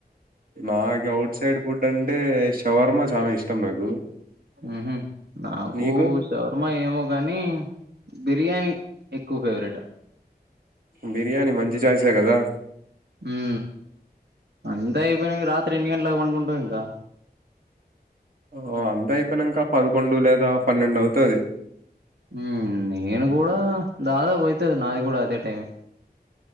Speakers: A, on the right; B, on the right.
A: నాకు అవుట్ సైడ్ ఫుడ్ అంటే షవర్మ చాలా ఇష్టం నాకు.
B: ఉహు నాకు
A: నీకు
B: శవర్మ ఏమో గాని బిర్యానీ ఎక్కువ ఫేవరెట్
A: బిర్యానీ మంచి చాయిసే కదా
B: ఉ అంత అయిపోయినాక రాత్ర్ త్రికి ఎన్ని గంటలాకి పడుకుంటవ్ ఇంకా
A: ఓ అంతా అయిపోయినాంకా పదకొండు లేదా పన్నెండు అవుతది.
B: ఉ నేను కూ డా దాదాపు అయితది నాది కూడా అదే టైమే